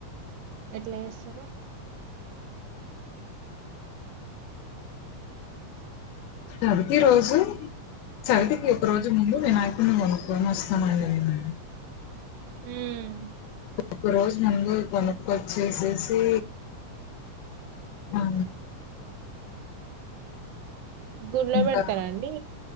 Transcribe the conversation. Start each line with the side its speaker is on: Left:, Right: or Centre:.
Right: ఎట్ల చేస్తరు
Left: చవితి రోజు చవితికి ఒక రోజు ముందు వినాయకుడిని కొనుక్కొని వస్తామండి నేను
Right: హమ్
Left: ఒక రోజు ముందు కొనుక్క వచ్చేసేసి ఆ
Right: గుళ్లో
Left: ఇంకా
Right: పెడతారాండి